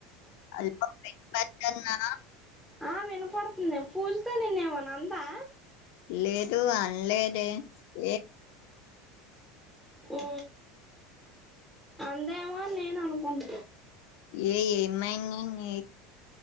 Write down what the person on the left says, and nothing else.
అల్పం బెట్ మ్యాచ్ కర్ నా
లేదు అనలేదే ఏ
ఏ ఏమైంది నీ